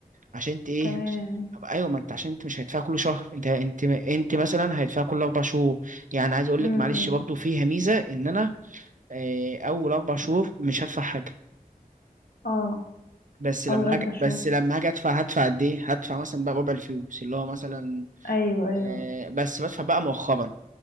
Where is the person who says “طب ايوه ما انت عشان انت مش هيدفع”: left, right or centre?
Right